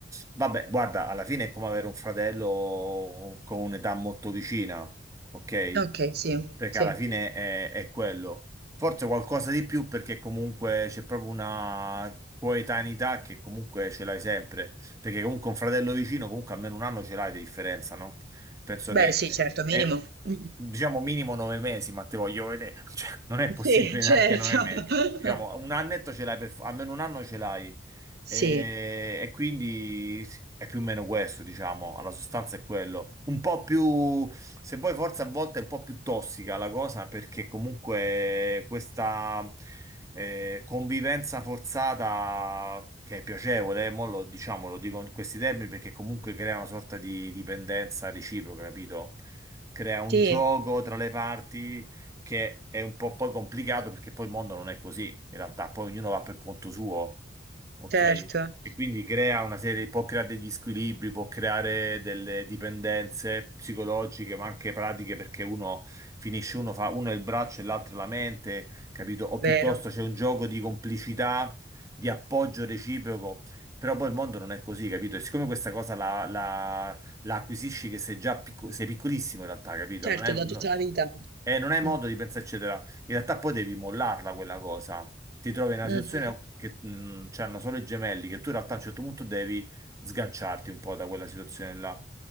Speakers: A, on the right; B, on the right.
A: Vabbè, guarda, alla fine è come avere un fratello con un'età molto vicina, ok?
B: Ok, sì,
A: perché
B: sì.
A: alla fine è, è quello. Forse qualcosa di più perché comunque c'è proprio una coetaneità che comunque ce l'hai sempre, perché comunque un fratello vicino comunque almeno un anno ce l'hai di differenza, no? Penso
B: Beh,
A: che
B: sì, certo, minimo.
A: è,
B: <laughs>
A: diciamo minimo nove mesi, ma te voglio vedere, <laughs> cioè non è possibile
B: Sì, certo.
A: neanche nove mesi.
B: <laughs>
A: Diciamo un annetto ce l'hai per, almeno un anno ce l'hai. E,
B: Sì,
A: e quindi s- è più o meno questo, diciamo, alla sostanza è quello. Un po' più, se vuoi, forse a volte è un po' più tossica la cosa, perché comunque questa eh, convivenza forzata, che è piacevole, eh, mo lo, diciamo, lo dico in questi termini, perché comunque crea una sorta di dipendenza reciproca, capito? Crea un
B: sì,
A: gioco tra le parti che è un po' poi complicato perché poi il mondo non è così, in realtà, poi ognuno va per conto suo. Ok,
B: certo,
A: e quindi crea una serie, può creare degli squilibri, può creare delle dipendenze psicologiche, ma anche pratiche, perché uno finisce, uno fa, uno è il braccio e l'altro è la mente, capito? O
B: vero.
A: piuttosto c'è un gioco di complicità, di appoggio reciproco, però poi il mondo non è così, capito? E siccome questa cosa la, la- la acquisisci che sei già picco- sei piccolissimo in realtà, capito?
B: Certo,
A: Non è, no-
B: da tutta la vita.
A: eh, non hai
B: Mh.
A: modo di pensarci in realtà poi devi mollarla quella cosa. Ti trovi in una
B: Mh-mh.
A: situazione che mh, c'hanno solo i gemelli, che tu in realtà a un certo punto devi sganciarti un po' da quella situazione là.